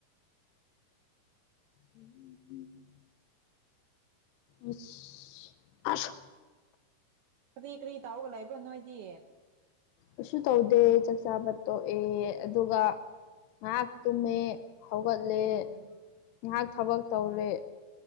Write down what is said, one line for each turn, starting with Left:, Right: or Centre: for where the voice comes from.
Left: ꯎꯝ ꯑꯁ ꯑꯁ
Right: ꯀꯔꯤ ꯀꯔꯤ ꯇꯧꯔꯒ ꯂꯩꯕ꯭ꯔꯣ ꯅꯣꯏꯗꯤ
Left: ꯀꯩꯁꯨ ꯇꯧꯗꯦ ꯆꯥꯛ ꯆꯥꯕ ꯇꯣꯛꯑꯦ ꯑꯗꯨꯒ ꯉꯥꯏꯍꯥꯛ ꯇꯨꯝꯃꯦ ꯍꯧꯒꯠꯂꯦ
Right: ꯎꯝ
Left: ꯉꯥꯏꯍꯥꯛ ꯊꯕꯛ ꯇꯧꯔꯦ